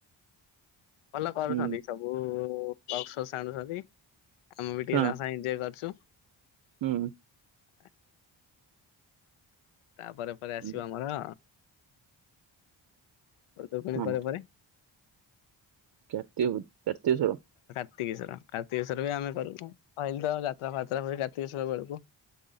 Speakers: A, on the left; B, on the right.
A: ଭଲ କରୁଛନ୍ତି
B: ହୁଁ
A: ସବୁ ବକ୍ସ ସାଙ୍ଗସାଥୀ। ଆମେ ବି ଟିକେ
B: ହଁ
A: ତା ସାଙ୍ଗ ଏଞଜୟ କରଛୁ।
B: ହୁଁ।
A: <inaudible> ତାପରେ ପରେ ଆସିବ
B: ହୁଁ
A: ଆମର ପୂର୍ବେ ପୁଣି ପୁଣି
B: ହଁ
A: ପରେ ପରେ
B: କାର୍ତ୍ତିକ ପ କାର୍ତ୍ତିକଶ୍ୱର
A: କାର୍ତିକେଶ୍ୱର କାର୍ତିକେଶ୍ଵର ବି ଆମେ କରୁ କହିଲି ତ ଯାତ୍ରାଫାତ୍ରା କରୁ କାର୍ତ୍ତିକେଶ୍ଵର କରୁ।